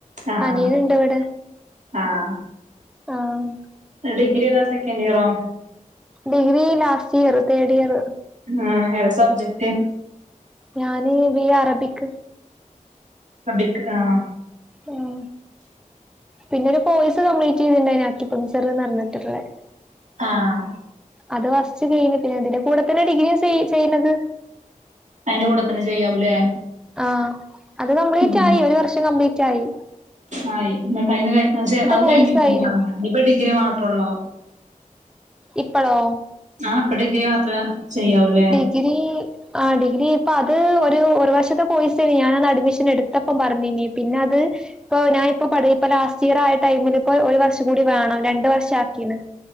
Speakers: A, on the right (about 60°); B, in the centre.
A: ആഹ്
B: അനിയന് ഇണ്ട് വടെ
A: ആഹ്
B: ആഹ്.
A: ഡിഗ്രി ഏതാ, സെക്കൻഡ് ഇയറോ?
B: ഡിഗ്രി ലാസ്റ്റ് ഇയർ തേഡ് ഇയർ.
A: ആഹ് ഏതാ സബ്ജക്റ്റ്?
B: ഞാന് ബി എ അറബിക്.
A: റബിക് ആഹ്.
B: ഉം. പിന്നെ ഒരു കോഴ്സ് കംപ്ലീറ്റ് ചെയ്തിണ്ടായിന് അക്കിപ്പങ്ജർന്ന് പർഞ്ഞിട്ട്ള്ളെ.
A: ആഹ്.
B: അത് ഫസ്റ്റ് ചെയ്ണത് പിന്നെ അതിന്റെ കൂടെ തന്നെ ഡിഗ്രിം സെയ് ചെയ്യ്ണത്.
A: അയിന്റെ കൂടെ തന്നെ ചെയ്യാവൂലേ
B: ആഹ് അത് കംപ്ലീറ്റായി
A: ഉം
B: ഒരു വർഷം കംപ്ലീറ്റായി.
A: ആയി. ഇന്നട്ടയ്ന് കഴ് പക്ഷെ അത്
B: കോഴ്സ്
A: കഴിഞ്ഞ് <unintelligible>
B: ആയിനു
A: ആഹ് ഇനിപ്പ ഡിഗ്രി മാത്രൊള്ളോ.
B: ഇപ്പളോ
A: ആഹ് <unintelligible> ചെയ്യാവൂല്ലേ
B: ഡിഗ്രി ആഹ് ഡിഗ്രി ഇപ്പ അത് ഒരു ഒരു വർഷത്തെ കോഴ്സെയ്ന് ഞാനന്ന് അഡ്മിഷൻ എടുത്തപ്പം പറഞ്ഞീനി പിന്നെ അത് ഇപ്പൊ ഞാൻ ഇപ്പോ ഇപ്പ ലാസ്റ്റ് ഇയർ ആയ ടൈമിൽ ഇപ്പോ ഒരു വർഷം കൂടി വേണം രണ്ട് വർഷം ആക്കീണ്